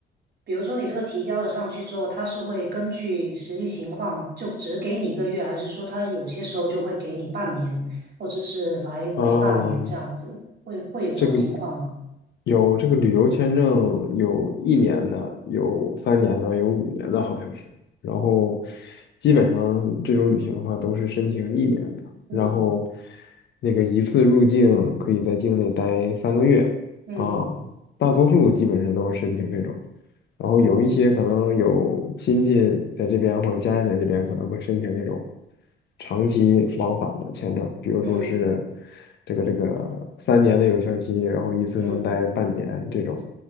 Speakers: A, on the right; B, on the left.
A: 比如说你这个提交了上去之后，他是会根据实际情况就只给你一个月，还是说他有些时候就会给你半年，或者是来回半年这样子，
B: 哦，
A: 会会有这种情况吗？
B: 这个。有这个旅游签证，有一年的，有三年的，有五年的，好像是。然后
A: 哦
B: 基本上这种旅行的话，都是申请一年的。
A: 嗯，
B: 然后那个一次入境可以在境内待三个月啊，
A: 嗯，
B: 大多数基本上都是申请这种。然后有一些可能有亲戚在这边或者家人在这边，
A: 哦，
B: 可能会申请那种长期往返的签证，比如说是
A: 嗯
B: 这个这个三年的有效期，然后一次能待半年这种
A: 嗯